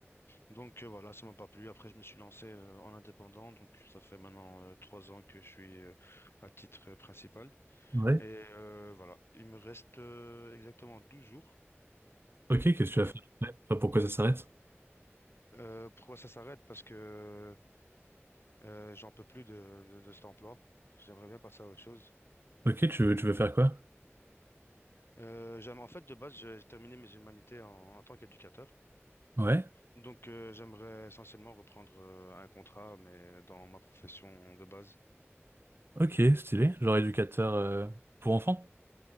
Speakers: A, on the left (about 60°); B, on the right (about 55°).
A: Donc euh, voilà, ça m'a pas plu. Après, je me suis lancé euh, en indépendant. Donc ça fait maintenant euh, trois ans que je suis euh, à titre euh, principal.
B: Ouais.
A: Et euh, voilà, il me reste euh, exactement 12 jours.
B: Ok, qu'est-ce que tu
A: Ouais.
B: vas faire après? Enfin, pourquoi ça s'arrête?
A: Euh, pourquoi ça s'arrête? Parce que euh, j'en peux plus de, de, de cet emploi. J'aimerais bien passer à autre chose.
B: Ok, tu veux, tu veux faire quoi?
A: Euh, j'aime, en fait, de base, j'ai terminé mes humanités en, en tant qu'éducateur.
B: Ouais,
A: Donc, euh, j'aimerais essentiellement reprendre euh, un contrat, mais dans ma profession de base.
B: ok, stylé. Genre éducateur euh, pour enfants?